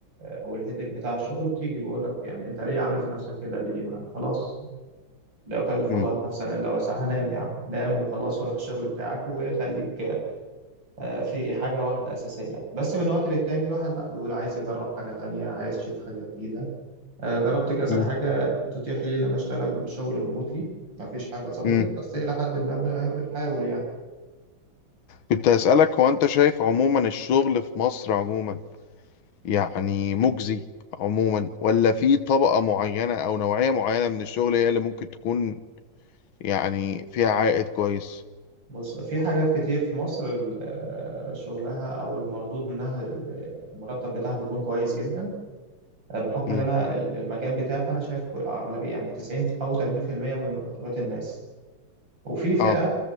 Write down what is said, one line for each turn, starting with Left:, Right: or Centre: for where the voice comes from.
Right: والهيدك بتاع الشغل بتيجي بقول لك يعني انت ليه عامل في نفسك كده ليه ما خلاص لا يكلف
Left: مم.
Right: الله نفسا الا وسعها نام يا عم نام وخلاص وروح الشغل بتاعك وخليك آه، في حاجة واحدة أساسية بس من وقت للتاني الواحد لا بيقول عايز يجرب حاجة تانية عايز يشوف حاجة جديدة آه، جربت كذا
Left: مم.
Right: حاجة تتيح لي إن أنا أشتغل شغل ريموتلي مفيش حاجة ظبطت
Left: مم.
Right: بس إلى حد ما بن- أهو بنحاول يعني
Left: كنت هسألك هو انت شايف عموما الشغل في مصر عموما يعني مجزي عموما ولا في طبقه معينه او نوعيه معينه من الشغل هي اللي ممكن تكون يعني فيها عائد كويس
Right: بص في حاجات كتير في مصر ال- آه، شغلها أو المردود منها ال- المرتب بتاعها بيكون كويس جدا آه، بحكم
Left: مم.
Right: إن أنا ال- المجال بتاعي فأنا شايف كل- أغلبية يعني 90 أو 80% من مرتبات الناس وفي فئة
Left: اه